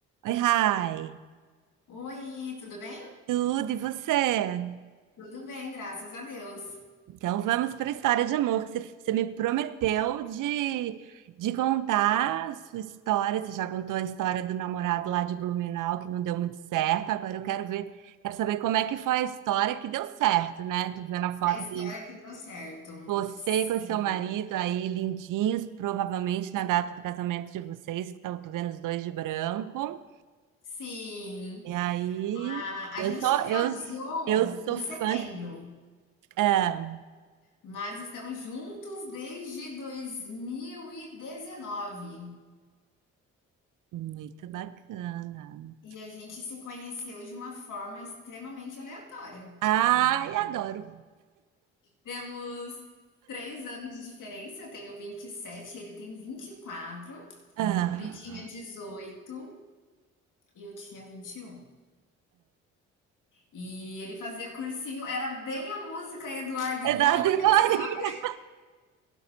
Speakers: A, on the right; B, on the left.
A: Oi, Rai.
B: Oi, tudo bem?
A: Tudo e você?
B: Tudo bem, graças a Deus.
A: Então vamos para a história de amor que você, você me prometeu de, de contar a sua história. Você já contou a história do namorado lá de Blumenau que não deu muito certo. Agora eu quero ver, quero saber como é que foi a história que deu certo, né? Tô vendo a foto
B: A história
A: de
B: que deu certo.
A: você
B: Sim,
A: com seu marido aí lindinhos, provavelmente na data do casamento de vocês, que estão tô vendo os dois de branco.
B: sim.
A: E aí,
B: Ah,
A: eu
B: a gente
A: sou
B: casou
A: eu eu sou
B: em
A: fã
B: setembro,
A: de, é,
B: mas estamos juntos desde 2019. E dezenove.
A: Muito bacana.
B: E a gente se conheceu de uma forma extremamente aleatória.
A: Ai, adoro.
B: Temos três anos de diferença, eu tenho 27, ele tem 24,
A: Ah,
B: ele tinha 18 e eu tinha 21. E ele fazia cursinho, era bem a música Eduardo e
A: é
B: Mônica,
A: da Mônica.
B: sabe?